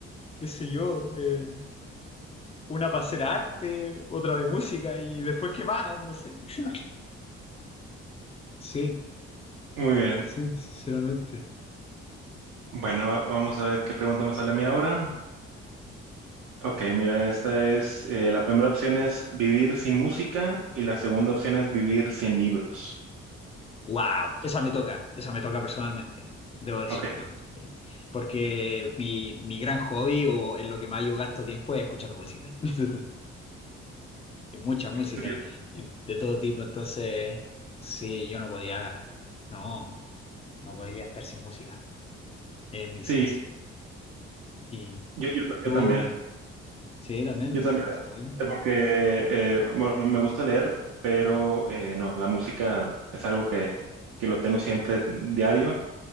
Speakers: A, on the left (about 20°); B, on the right (about 50°).
A: qué sé yo, eh, una para hacer arte, otra de música, y después qué más, no sé. <laughs> Sí,
B: Muy bien.
A: sí, sinceramente.
B: Bueno, va- vamos a ver qué pregunta me sale a mí ahora. Ok, mira, esta es, eh, la primera opción es vivir sin música y la segunda opción es vivir sin libros.
A: Wow, esa me toca, esa me toca personalmente, debo decírtelo.
B: Ok,
A: Porque mi, mi gran hobby o en lo que más yo gasto tiempo es escuchando música. <laughs> y mucha música
B: sí, yo,
A: y de todo tipo. Entonces, sí, yo no podía, no, no podría estar sin música. Es mi esencia.
B: sí,
A: Y,
B: yo, yo-
A: y tú,
B: yo también.
A: sí, también
B: Yo también,
A: te pasa lo mismo.
B: eh, porque eh, bueno, me gusta leer, pero eh, no, la música es algo que, que lo tengo siempre diario.